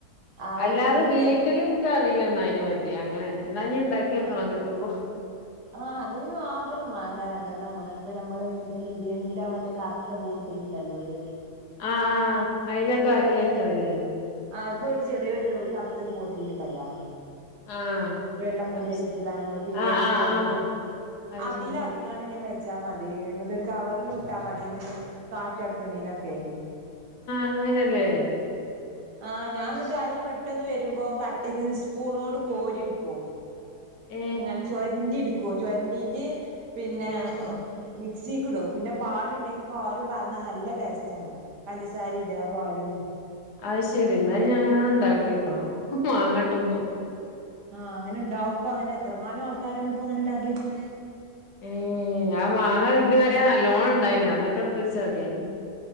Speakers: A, on the right; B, on the left.
A: ആ
B: അല്ലാതെ
A: ഒരു ടിന്ന്
B: വീട്ടില് ഇച്ച് അറിയില്ല എന്നാ അതിനെ പറ്റി അങ്ങനെ ഇന്ന ഇണ്ടാക്കി വെക്കണം
A: ആഹ്
B: കിട്ടുമ്പോ
A: ആഹ് അതിന് മാത്രം വേണ്ട രണ്ടെണ്ണം മൂന്ന് ഇപ്പൊ നമ്മളെ ബിരിയാണീന്റെ മറ്റേ കറ ത്ത ബുട്ടിൽണ്ടല്ലോ ഒരു
B: ആ ആ അതിലൊക്കെ
A: ചെറിയ
B: ആക്കി വെച്ചാ മതില്ലേ
A: ആഹ് ഇപ്പൊ ഒരു ചെറിയൊരു കറുത്തൊരു ബോട്ടിൽ ഇണ്ടല്ലോ
B: ആ
A: വെള്ള മൂടിആയിട്ടിലല്ലെ
B: അത് ശ-
A: നമ്മള് ബിരിയാണിയൊക്കെ
B: ആ ആ
A: കൊണ്ടരും
B: ആ അത്
A: അതില
B: ശരി
A: <unintelligible> ന ഇങ്ങനെ വെച്ചാ മതി എന്നിട്ട് കവറിലിട്ടാ മതി കാറ്റ് കടക്കിണേനൊക്കെ
B: അങ്ങനെല്ലേ
A: ആഹ് ഞാൻ ആരേലും പെട്ടെന്ന് വരുമ്പോ കട്ടീന്ന് സ്പൂണോടണ്ട് കോരി ഇട്ക്കും
B: ഏ
A: ങ്ങനെചൊരണ്ടി എടുക്കും ചൊരണ്ടീട്ട് പിന്നെ മിക്സീക്ക് ഇടും പിന്നെ പാലുണ്ടെങ്കി പാലും പാർന്നാ നല്ല ടേസ്റ്റ ആണ് പഞ്ചസാരിടാ പാലും.
B: അഹ്ശെരി ഇന്നാഞാങ്ങനെ ഉണ്ടാക്കിയക്കണം മാങ്ങട്ടുമ്പോ
A: ആഹ് അങ്ങനെ ഇണ്ടാവുമ്പോ അങ്ങനെ എത്രങ്ങാനും ആൾക്കാരാണ് ഇപ്പൊ ഇങ്ങനെ ഇണ്ടാക്കിക്ണ്
B: ഏ ഞാ മാങ്ങ ഇതുവരെ നല്ലോണം ഉണ്ടായിന് അന്നൊക്കെ എടുത്തെച്ചാ മതിയെന്.